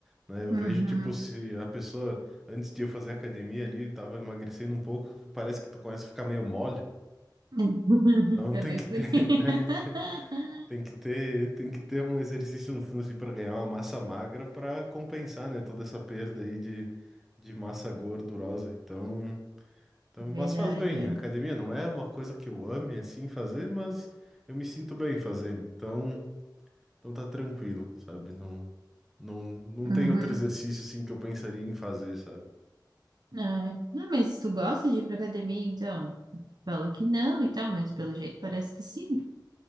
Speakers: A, in the centre; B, on the right (about 60°).
A: né? Eu
B: Uhum.
A: vejo, tipo, se a pessoa, antes de eu fazer academia ali, tava emagrecendo um pouco, parece que tu começa a ficar meio mole.
B: <laughs>
A: Então
B: É
A: tem
B: bem
A: que
B: por
A: ter,
B: aí. <laughs>
A: <laughs> tem que ter, tem que ter um exercício no fundo assim para ganhar uma massa magra para compensar, né, toda essa perda aí de, de massa gordurosa. Então, então,
B: Verdade.
A: mas faz bem. A academia não é uma coisa que eu ame assim fazer, mas eu me sinto bem fazendo. Então, então tá tranquilo, sabe? Não, não, não
B: Uhum.
A: tem outro exercício assim que eu pensaria em fazer, sabe?
B: Não, não, mas tu gosta de ir pra academia, então? Falou que não e tal, mas pelo jeito parece que sim.